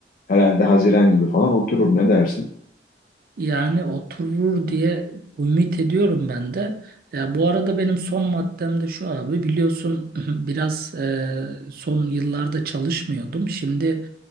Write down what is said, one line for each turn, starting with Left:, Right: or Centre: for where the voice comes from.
Left: Herhalde Haziran gibi falan oturur ne dersin?
Right: Yani oturur diye ümit ediyorum ben de. Ya bu arada benim son maddem de şu abi biliyorsun <clears throat> biraz e, son yıllarda çalışmıyordum. Şimdi